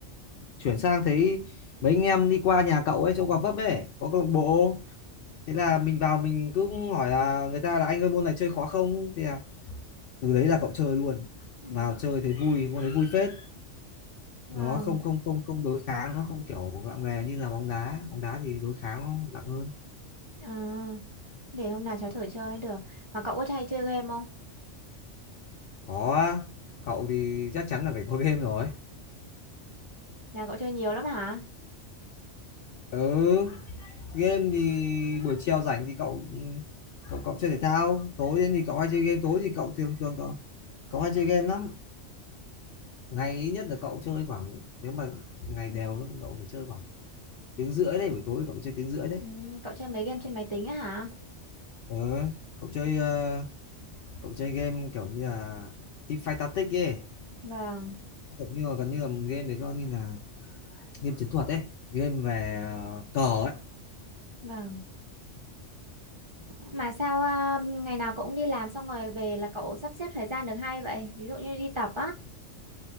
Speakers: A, on the left; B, on the right.
A: chuyển sang thấy mấy anh em đi qua nhà cậu ấy chỗ Gò Vấp ấy có câu lạc bộ thế là mình vào mình cứ hỏi là người ta là anh ơi môn này chơi khó không thì là từ đấy là cậu chơi luôn
B: Ừm,
A: vào chơi thấy vui môn đấy vui phết
B: Vâng,
A: nó không không không không đối kháng nó không kiểu nặng nề như là bóng đá bóng đá thì đối kháng nó nặng hơn
B: ờ, để hôm nào cháu thử chơi được. Mà cậu có hay chơi game không?
A: có cậu thì chắc chắn là phải có <laughs> game rồi
B: Là cậu chơi nhiều lắm hả?
A: ừ game thì buổi chiều rảnh thì cậu ừ, cậu cậu chơi thể thao tối đến thì cậu hay chơi game tối thì cậu thường thường cậu cậu hay chơi game lắm ngày ít nhất là cậu chơi khoảng nếu mà ngày đều cậu phải chơi khoảng tiếng rưỡi đấy buổi tối cậu phải chơi tiếng rưỡi đấy
B: Ừm, cậu chơi mấy game trên máy tính á hả?
A: ừ. cậu chơi ờ, cậu chơi game kiểu như là Teamfight Tactics ấy
B: Vâng,
A: kiểu như là gần như là game đấy nó như là game chiến thuật ấy game về ờ, cờ ấy
B: vâng. Mà sao à, ngày nào cậu cũng đi làm xong rồi về là cậu sắp xếp thời gian được hay vậy? Ví dụ như đi tập á.